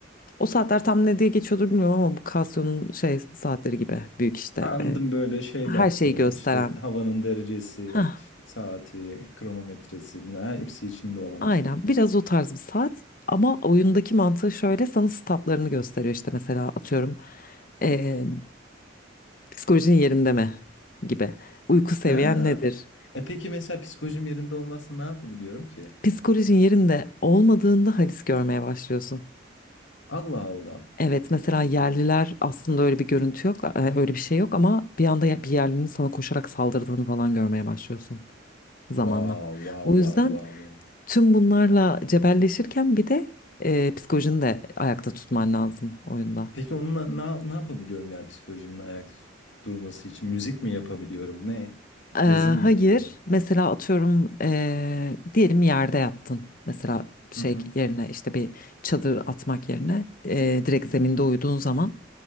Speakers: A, on the left; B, on the left.
A: O saatler tam ne diye geçiyordur bilmiyorum ama bu Casio'nun şey saatleri gibi büyük işte.
B: Ha, anladım,
A: eee,
B: böyle şey
A: her
B: baktığın,
A: şeyi gösteren.
B: işte, havanın derecesi,
A: Hah,
B: işte, saati, kronometresi, bunlar ha, hepsi içinde olan
A: aynen
B: bir şey.
A: biraz o tarz bir saat. Ama oyundaki mantığı şöyle sana statlarını gösteriyor işte mesela atıyorum e, Psikolojin yerinde mi? gibi. Uyku seviyen
B: Ha!
A: nedir?
B: E, peki mesela psikolojim yerinde olmazsa ne yapabiliyorum ki?
A: Psikolojin yerinde olmadığında halis görmeye başlıyorsun.
B: Allah Allah.
A: Evet mesela yerliler aslında öyle bir görüntü yok, e, öyle bir şey yok ama bir anda ya- bir yerlinin sana koşarak saldırdığını falan görmeye başlıyorsun
B: Wow,
A: zamanla.
B: wow,
A: O
B: wow,
A: yüzden
B: wow, wow.
A: tüm bunlarla cebelleşirken bir de e, psikolojini de ayakta tutman lazım oyunda.
B: Peki onunla ne ne yapabiliyorum yani psikolojimin ayakta durması için? Müzik mi yapabiliyorum? Ne?
A: Ee,
B: Yazı mı
A: hayır.
B: yazıyorum?
A: Mesela atıyorum ee, diyelim yerde yattın. Mesela şey
B: Hı hı.
A: yerine işte bir çadır atmak yerine ee, direkt zeminde uyuduğun zaman